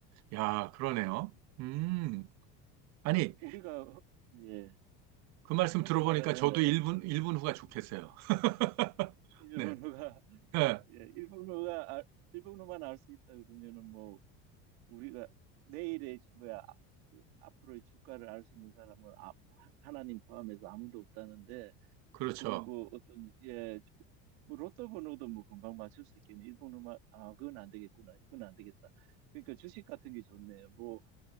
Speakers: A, on the right; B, on the right.
A: 야, 그러네요. 음, 아니,
B: 우리가 허- 예,
A: 그 말씀
B: 흔히
A: 들어보니까
B: 말하잖아요.
A: 저도 1분, 일분 후가 좋겠어요. <laughs>
B: 일본어가
A: 네,
B: <laughs>
A: 네,
B: 예, 일본어가 알- 일본어만 알 수 있다 그러면은 뭐 우리가 내일의 뭐야 아- 그 앞으로의 주가를 알 수 있는 사람은 아, 하나님 포함해서 아무도 없다는데
A: 그렇죠.
B: 그건 뭐 어떤 예, 뭐 로또 번호도 뭐 금방 맞출 수 있겠네. 일본어만 아 그건 안 되겠구나. 그건 안 되겠다. 그러니까 주식 같은 게 좋네요. 뭐,